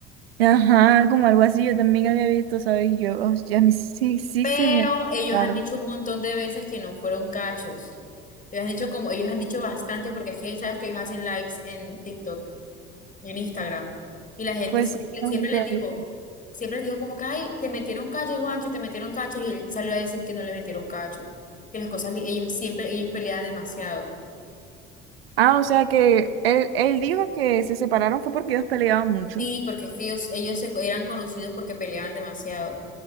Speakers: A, on the right; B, on the left.
A: Ajá, como algo así, yo también había visto, ¿sabes? Y Yo, oh, ya me, sí, sí
B: Pero
A: se me
B: ellos
A: claro.
B: han dicho un montón de veces que no fueron cachos. Ellos han dicho como, ellos han dicho bastante porque es que sabes que ellos hacen lives en TikTok. en Instagram. Y la gente
A: Pues
B: s-
A: sí, no,
B: siempre
A: ahorita
B: les digo,
A: dijo.
B: siempre les digo como que, ay, te metieron cacho, Juancho, te metieron cacho, y él salió a decir que no le metieron cacho, que las cosas, le- ellos siempre, ellos peleaban demasiado.
A: Ah, o sea que él, él dijo que se separaron fue porque ellos peleaban mucho.
B: Sí, porque es que ellos, ellos se, eran conocidos porque peleaban demasiado,